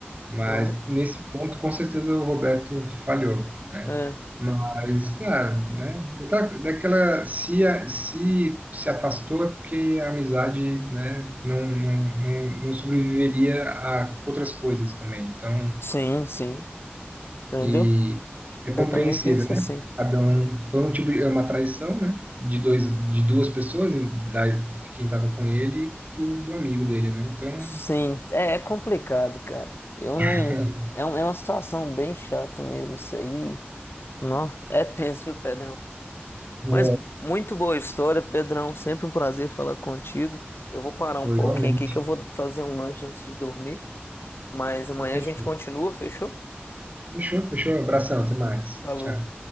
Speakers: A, on the right; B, on the left.
A: Mas
B: Então,
A: nesse ponto, com certeza, o Roberto falhou, né?
B: é.
A: Mas, claro, né? Da, daquela, se, a- se se afastou é porque a amizade, né, não, não, não, não sobreviveria a outras coisas também. Então,
B: Sim, sim. Entendeu?
A: e é compreensível,
B: Eu também penso
A: né?
B: assim.
A: Cada um foi um tipo de é uma traição, né? De dois, de duas pessoas, e da, de quem estava com ele e do, do amigo dele, né? Então, <laughs>
B: Sim, é, é complicado, cara. Eu
A: é,
B: não.
A: é,
B: É, um- é uma situação bem chata mesmo, isso aí. Nossa, é tenso, viu, Pedrão?
A: é,
B: Mas muito boa história, Pedrão. Sempre um prazer falar contigo. Eu vou parar um
A: foi
B: pouquinho
A: igualmente.
B: aqui que eu vou fazer um lanche antes de dormir. Mas amanhã
A: Fechou.
B: a gente continua, fechou?
A: Fechou, fechou. Abração, até mais.
B: Falou.
A: Tchau.